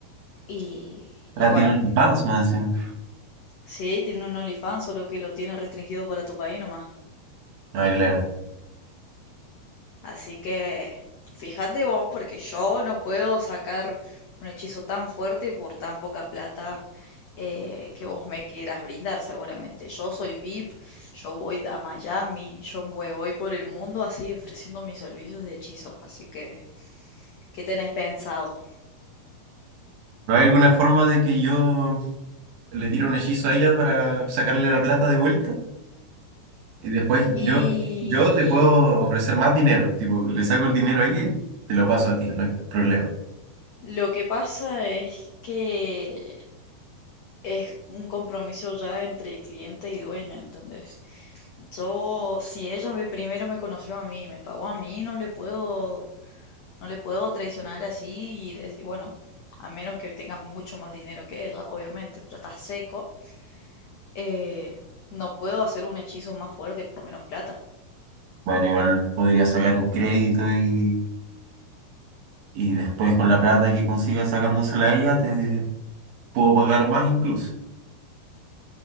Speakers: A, on the left; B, on the right.
A: Y,
B: Ah,
A: y bueno,
B: tiene OnlyFans más encima.
A: Sí, tiene un OnlyFans, solo que lo tiene restringido para tu país nomás.
B: Ah, claro.
A: Así que fíjate vos, porque yo no puedo sacar un hechizo tan fuerte por tan poca plata eh, que vos me quieras brindar, seguramente. Yo soy VIP, yo voy a Miami, yo voy, voy por el mundo así ofreciendo mis servicios de hechizos. Así que, ¿qué tenés pensado?
B: ¿No hay alguna forma de que yo le tire un hechizo a ella para sacarle la plata de vuelta? Y después yo,
A: Y
B: yo te puedo ofrecer más dinero. Tipo, le saco el dinero a ella y te lo paso a ti, no hay problema.
A: lo que pasa es que es un compromiso ya entre cliente y dueña, ¿entendés? Yo, si ella me, primero me conoció a mí, me pagó a mí, no le puedo, no le puedo traicionar así y dec- bueno, a menos que tengas mucho más dinero que ella, obviamente, pero estás seco, eh, no puedo hacer un hechizo más fuerte por menos plata.
B: Bueno, igual podría sacar un crédito y, y después con la plata que consiga sacándosela a ella te puedo pagar más incluso.